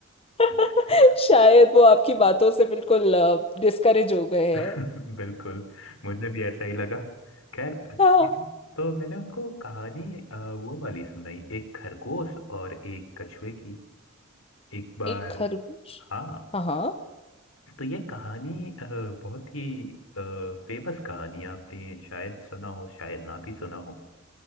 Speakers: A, on the left; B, on the left.
A: <laughs>
B: <laughs>
A: शायद वो आपकी बातों से बिल्कुल डिस्करेज हो गए
B: <laughs>
A: हैं
B: बिल्कुल मुझे भी ऐसा ही लगा खैर अच्छा
A: हाँ
B: ही था तो मैंने उनको कहानी अ, वो वाली सुनाई एक खरगोश और एक कछुए की एक बार
A: एक खरगोश
B: हाँ
A: हाँ हाँ
B: तो ये कहानी अ, बहुत ही फेमस कहानी है, आपने शायद सुना हो शायद ना भी सुना हो